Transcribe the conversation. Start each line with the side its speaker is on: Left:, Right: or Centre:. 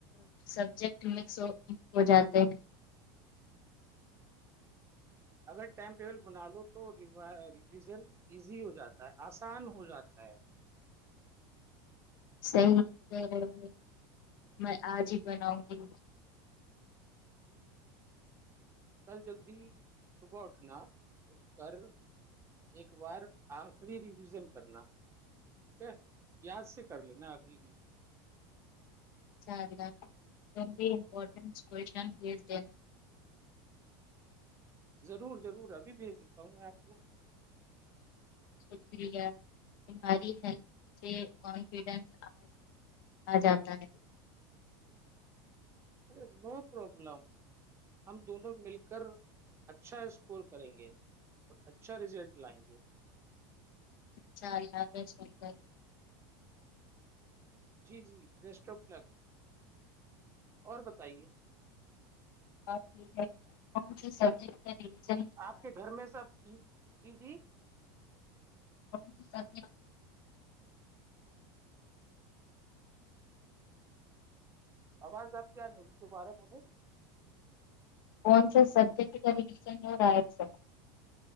Left: سبجیکٹ مکس ہو جاتے ہیں
Right: اگر ٹائم ٹیبل بنا لو تو ریویژن ایزی ہو جاتا ہے آسان ہو جاتا ہے
Left: صحیح کہ رہے ہیں میں آج ہی بناؤں گی
Right: کل جلدی صبح اٹھنا اٹھ کر ایک بار آخری ریویژن کرنا ٹھیک ہے یاد سے کر لینا آخری ریویزن
Left: اء اللہ بھیمپٹنٹن بھی دینا
Right: ضرور ضرور ابھی بھیج دیتا ہوں میں آپ کو
Left: شکریہ تہاری ہیل سے کانفیڈینس آ جاتا ہے
Right: ارے نو پروبلم ہم دونوں مل کر اچھا اسکور کریں گے اور اچھا رزلٹ لائیں گے
Left: <unintelligible>
Right: جی جی ریسٹو پلک اور بتائیے
Left: اور ٹھیک ہے کون سی سبزی <unintelligible>
Right: آپ کے گھر میں سب ٹھیک جی جی
Left: اور سبھی
Right: آواز آپ کیا ہیں جی دوبارہ بولیں
Left: فون سے سد کھری ڈیزائن ہو رہا ہے س